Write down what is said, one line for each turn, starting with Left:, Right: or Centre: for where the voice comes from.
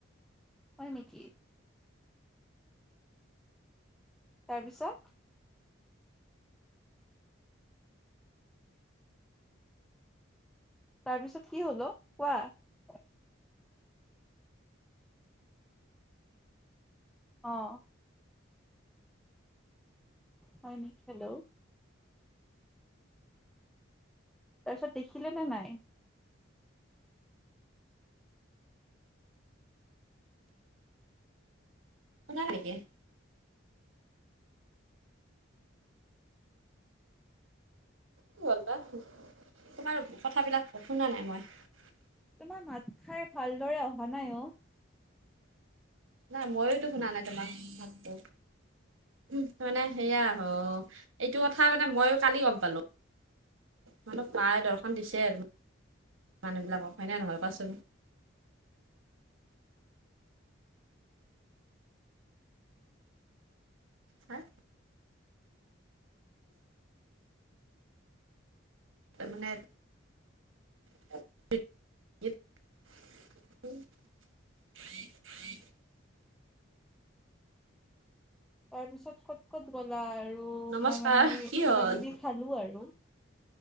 Centre: হয় নেকি তাৰ পিছত তাৰপিছত কি হ'ল কোৱা <unintelligible> আহ হয় নেকি হেল্ল'। তাৰপিছত দেখিলে নে নাই
Right: নালাগে <unintelligible> কি হ'ল বা তোমাৰ কথাবিলাক শুনা নাই মই <unintelligible>
Centre: তমাৰ ভাত খাই ভালদৰে অহা নাই অ <unintelligible>
Right: নাই মইয়োতো শুনা নাই তোমাক মাততো। উ মানে সেয়া আহ এইটো কথা মানে মইও কালি গম পালো মানে প্ৰায় দৰ্শন দিছে আৰু মানুহবিলাকক হয়নে নহয় কোৱাচোন হয় <unintelligible> তাৰমানে <inaudible> <inaudible>
Centre: তাৰ পিছত ক'ত ক'ত গলা আৰু
Right: নমস্কাৰ
Centre: মই মানে কিবা
Right: কি হ'ল
Centre: কিবি খালো আৰু